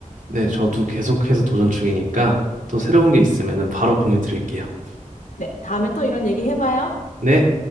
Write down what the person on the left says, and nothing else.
네, 다음에 또 이런 얘기 해봐요.